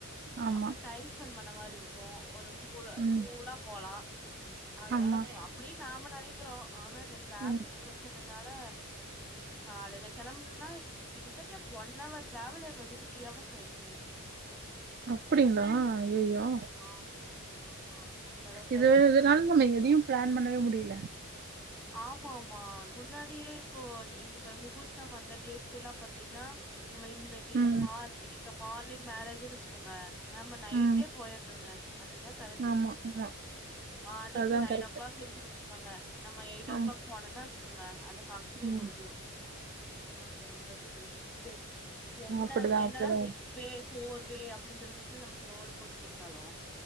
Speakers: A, on the right; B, in the centre.
A: ஆமா
B: அப்புறம் டைம் ஸ்பெண்ட் பண்ண மாதிரி இருக்கும் ஒரு கூ
A: ம்
B: கூழா போலாம் அதனால
A: ஆமா
B: சோ அப்டினு நாம நெனைக்கிறோ ஆனா இந்த டிராஃபிக்
A: ம்
B: பிரச்சன னால காலையில கிளம்பணுனா கிட்டதட்ட ஒன் ஹவர் ட்ராவல் எங்களுக்கு த்ரீ ஹவர்ஸ் ஆயிச்சுங்க
A: அப்டிங்களா அய்யய்யோ
B: ஆ ஆமா அந்த அளவுக்கு
A: இதுவே
B: ஆயிடுச்சு
A: இதனால நம்ம எதையோ பிளான் பண்ணவே முடியல
B: ஆமா ஆமா முன்னாடியே இப்போ முகூர்த்தம் அந்த டேஸ்லல்லா பாத்தீங்னா நம்ம இன்னிக்கு
A: ம்
B: மா இப்ப மார்னிங் மேரேஜ்னு வச்சுக்கோங்க நாம நைட்டே
A: ம்
B: போயிர்ணுங்க அதுதா கரட்டு
A: ஆமா ஆமா
B: மார்னிங்கு
A: அதா
B: நையன்ஓ
A: கரெக்ட்
B: கிளாக் இருக்குனு வச் <unintelligible> நம்ம எடய்டோகிளாக்
A: ஆமா
B: போனோனா குங்க அந்த பங்ஷனே
A: ம்
B: முடிஞ்சிரோ அந்த மாதிரி போயிட்ரு ஏ என்ன
A: அப்டிதா
B: என்னதா
A: அப்டிதா
B: சிக்ஸ் பே போர்வே அப்டினு சொல்லிட்டு நமக்கு ரோடு போட்டு கொடுத்தாலு